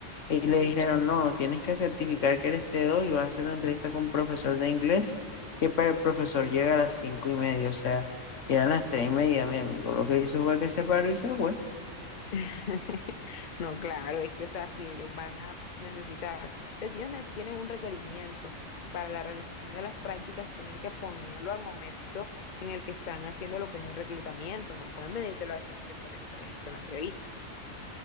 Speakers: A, on the left; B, on the left.
A: Y
B: Ujú.
A: le dijeron, no, tienes que certificar que eres c dos y vas a hacer una entrevista con un profesor de inglés, que para el profesor llega a las cinco y media, o sea, eran las tres y media, mi amigo. Lo que hizo fue que se paró y se fue.
B: <laughs> No, claro, es que, o sea, si ellos van a necesitar, o sea, si ellos nes- tienen un requerimiento para la realización de las prácticas, tienen que ponerlo al momento en el que están haciendo lo que es el reclutamiento, no pueden venírtelo a decir después de que tú hayas hecho la entrevista.